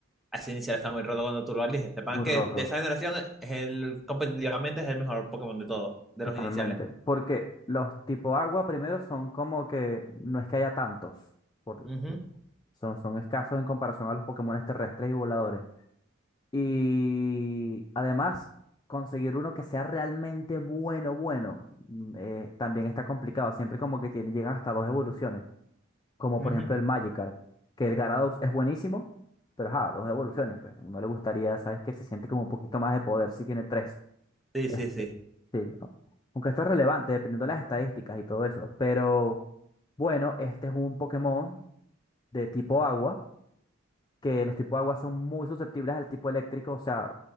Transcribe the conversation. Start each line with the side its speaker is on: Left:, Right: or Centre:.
Centre: Ese inicial está muy roto cuando tú lo eliges. Te pasa
Left: Muy
Centre: que
Left: roto.
Centre: de esa generación es el competitivamente es el mejor Pokémon de todos, de
Left: Totalmente,
Centre: los iniciales.
Left: porque los tipo agua primero son como que no es que haya tantos, por-
Centre: Ujú,
Left: por- son, son escasos en comparación a los Pokémones terrestres y voladores. Y además, conseguir uno que sea realmente bueno, bueno, mm, eh, también está complicado, siempre como que tiene, llegan hasta dos evoluciones, como
Centre: ujú.
Left: por ejemplo el Magikarp, que el Gyarados es buenísimo, pero ajá, dos evoluciones, pues no le gustaría, sabes que se siente como un poquito más de poder si tiene tres.
Centre: Sí,
Left: Este,
Centre: sí, sí.
Left: sí, ¿no? Aunque esto es relevante dependiendo de las estadísticas y todo eso. Pero bueno, este es un Pokémon de tipo agua, que los tipos agua son muy susceptibles al tipo eléctrico, o sea,